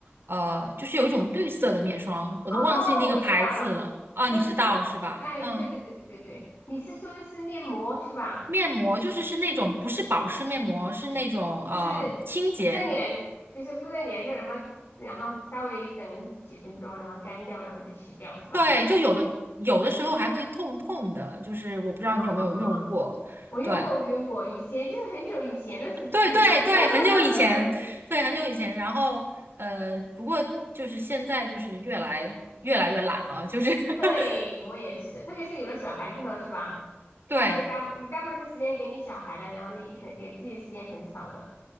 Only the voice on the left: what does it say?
哦，我知道了，
那是面，
哎，
对对对对对对对，你是说的是面膜是吧？
就是敷在脸，就是敷在脸上，然后然后稍微等几分钟，然后干掉，然后就洗掉是吧？
哦，我用过，
我用过，以前就是很久以前的事情，
这种，<laughs>
对，我也是，特别是有了小孩之后是吧？
发现大部你大部分的时间给你小孩了，然后你很给自己的时间很少的